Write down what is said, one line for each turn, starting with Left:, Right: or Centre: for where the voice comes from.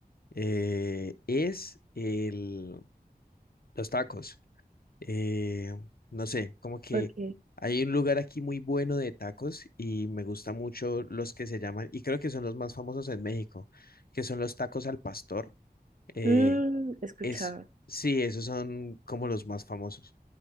Left: eh, es el, los tacos. Eh, no sé, como que
Right: Ok.
Left: hay un lugar aquí muy bueno de tacos y me gusta mucho los que se llaman, y creo que son los más famosos en México, que son los tacos al pastor. Eh,
Right: Mm, he escuchado.
Left: es, sí, esos son como los más famosos.